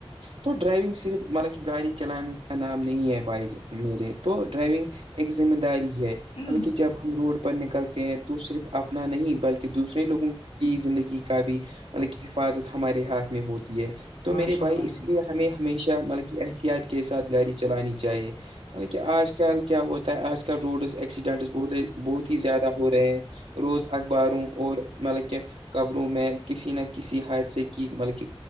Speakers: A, on the right; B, on the left.
A: تو ڈرائیونگ صرف مطلب کہ گاڑی چلانے کا نام نہیں ہے بھائی میرے تو ڈرائیونگ ایک ذمہ داری ہے مطلک
B: جان
A: جب ہم روڈ پر نکلتے ہیں تو صرف اپنا نہیں بلکہ دوسرے لوگوں کی زندگی کا بھی مطلب کہ حفاظت ہمارے ہاتھ میں ہوتی ہے تو
B: ماشاء
A: میرے
B: اللہ
A: بھائی اس
B: جان
A: لیے ہمیں ہمیشہ ملی احتیاط کے ساتھ گاڑی چلانی چاہیے چاہے مط کہ آج کل کیا ہوتا ہے آج کل روڈز ایکسیڈنٹ بہت ہی بہت ہی زیادہ ہو رہے ہیں روز اخباروں اور مطلب کہ خبروں میں کسی نہ کسی حادثے کی مطلک